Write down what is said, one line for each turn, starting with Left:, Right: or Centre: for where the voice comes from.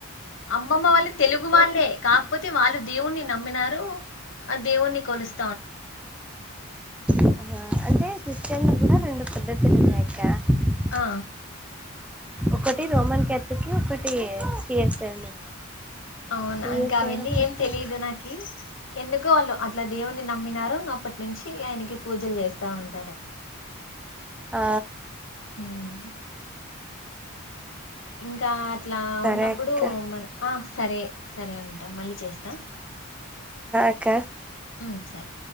Left: అమ్మమ్మ వాళ్ళు తెలుగు వాళ్ళే కాకపోతే వాళ్ళు దేవునీ నమ్మినారు ఆ దేవుని కొలిస్త
Centre: ఉం ఆ అంటే క్రిస్టియన్ లో కూడా రెండు పద్దతిలు ఉన్నాయి అక్క <unintelligible>
Left: ఆ
Centre: ఒకటి రోమన్ కథలిక్ ఒకటి సిఎస్ఐ ఉంది
Left: అవునా
Centre: సిఎస్ఐ
Left: ఇంకా అవన్నీ
Centre: ఒకటి
Left: ఏం తెలీదు నాకి ఎందుకో వాళ్ళు అట్లా దేవుణ్ణి నమ్మినారు ఇంకా అప్పటి నుంచి ఆయనకి పూజలు చేస్తా ఉంటారు
Centre: ఆ
Left: మ్మ్ ఇంకా అట్లా
Centre: సరే
Left: ఉన్నప్పుడు
Centre: అక్క
Left: మన ఆ సరే సరే ఉంటా మళ్ళీ చేస్తా
Centre: అ అక్క
Left: ఉం సరే